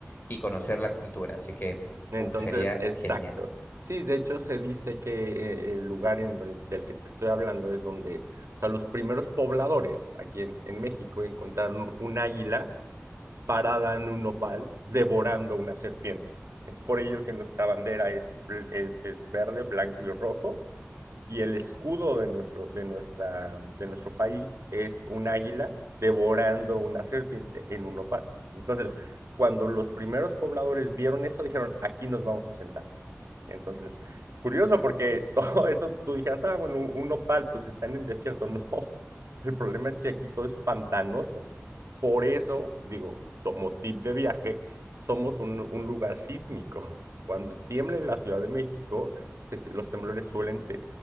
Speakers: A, on the left; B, on the right.
A: y conocer la cultura. Así que,
B: Entonces,
A: uf, sería
B: exacto.
A: genial.
B: Sí, de hecho se dice que eh, el lugar en donde- del que te estoy hablando es donde, o sea, los primeros pobladores aquí en, en México encontraron un águila parada en un nopal devorando una serpiente. Es por ello que nuestra bandera es, bl- es, es verde, blanco y rojo, y el escudo de nuestro, de nuestra, de nuestro país es un águila devorando una serpiente en un nopal. Entonces, cuando los primeros pobladores vieron eso, dijeron, aquí nos vamos a sentar. Entonces, curioso porque <laughs> todo eso tú dijeras, ah, bueno, un un nopal pues está en el desierto. <laughs> No, el problema es que aquí todo es pantanoso. Por eso, digo, como tip de viaje, somos un, un lugar sísmico. Cuando tiembla en la Ciudad de México, se si- los temblores suelen te-